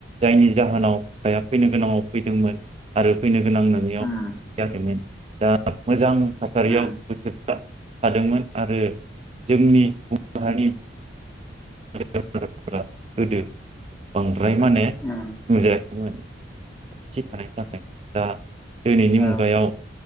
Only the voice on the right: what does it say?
जायनि जाहोनाव अखाया फैनो गोनाङाव फैदोंमोन । आरो फैनो गोनां नोङियाव
फैयाखैमोन । दा मोजां थासारियाव
बोथोरा हादोंमोन आरो जोंनि सुबुं माहारि <inaudible> गोदो बां फ्राय माने
बुंजाया माय जियानो जादोला। दिनैनि
मुगायाव